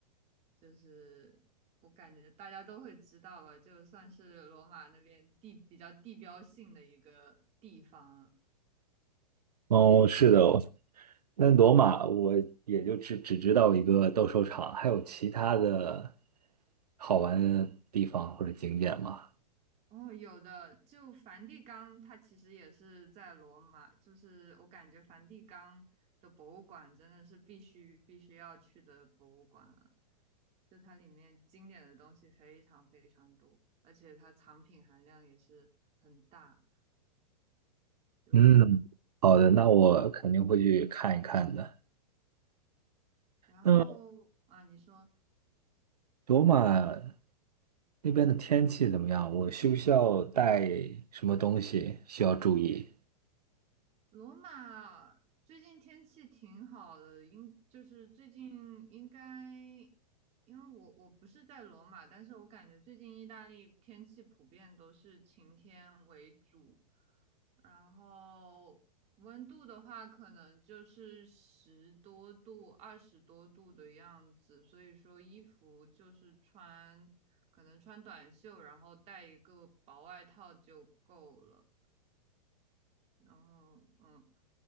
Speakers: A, on the right; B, on the right.
A: 就是我感觉大家都会知道吧，就算是罗马那边地比较地标性的一个地方
B: 哦，是的，<laughs> 那罗马我也就只只知道一个斗兽场，还有其他的好玩的地方或者景点吗？
A: 哦，有的，就梵蒂冈，它其实也是在罗马，就是我感觉梵蒂冈的博物馆真的是必须必须要去的博物馆了，就它里面经典的东西非常非常多，而且它藏品含量也是很大。就
B: 嗯，好的，那我肯定会去看一看的。
A: 然后啊，
B: 那
A: 你说。
B: 罗马那边的天气怎么样？我需不需要带什么东西需要注意？
A: 罗马最近天气挺好的，应就是最近应该，因为我我不是在罗马，但是我感觉最近意大利天气普遍都是晴天为主，然后温度的话可能就是十多度、二十多度的样子，所以说衣服就是穿，可能穿短袖，然后带一个薄外套就够了。然后嗯，